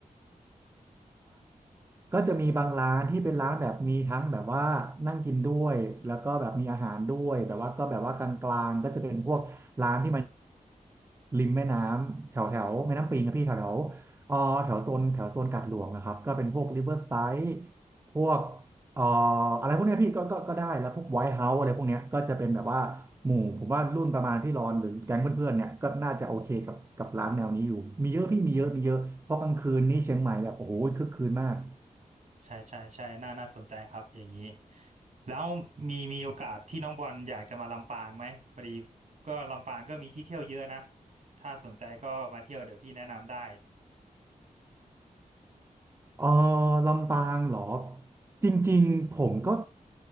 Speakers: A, on the right (about 20°); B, on the right (about 55°).
A: ก็จะมีบางร้านที่เป็นร้านแบบมีทั้งแบบว่านั่งกินด้วยแล้วก็แบบมีอาหารด้วยแบบว่าก็แบบว่ากลางๆก็จะเป็นพวกร้านที่มันริมแม่น้ำแถวแถวแม่น้ำปิงครับพี่แถวแถวเอ่อแถวโซนแถวโซนกาดหลวงนะครับก็เป็นพวกริเวอร์ไซด์พวกเอ่ออะไรพวกเนี้ยพี่ก็ก็ก็ได้แล้วพวกไวท์เฮาส์อะไรพวกเนี้ยก็จะเป็นแบบว่าหมู่ผมว่ารุ่นประมาณพี่รอนหรือแก๊งเพื่อนๆเนี่ยก็น่าจะโอเคกับกับร้านแนวนี้อยู่มีเยอะพี่มีเยอะมีเยอะเพราะกลางคืนนี่เชียงใหม่แบบโอ้โหคึกคืนมาก
B: ใช่ใช่ใช่น่าน่าสนใจครับอย่างนี้แล้วมีมีโอกาสที่น้องบอลอยากจะมาลำปางไหมพอดีก็ลำปางก็มีที่เที่ยวเยอะนะถ้าสนใจก็มาเที่ยวเดี๋ยวพี่แนะนำได้
A: เออลำปางเหรอจริงๆผมก็